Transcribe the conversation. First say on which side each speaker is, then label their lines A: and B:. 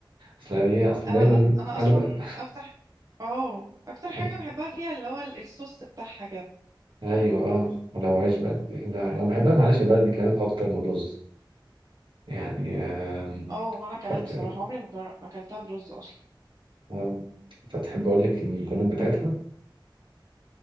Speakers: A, on the right; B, on the right.
A: أصل هي أصل
B: انا
A: دايما
B: أ- انا اصلا
A: أنا بقى
B: اكتر اه اكتر
A: <laughs>
B: حاجة بحبها فيها اللي هو الصوص بتاعها كده
A: أيوة أه ولو عيش بقى لا أنا بحبها مع العيش البلدي كمان أكتر من الرز يعني آم،
B: اه وانا كمان
A: أكتر
B: بصراحة عمري ما جر- ما اكلتها برز اصلا
A: أه أنت بتحب أقول لك المكونات بتاعتها؟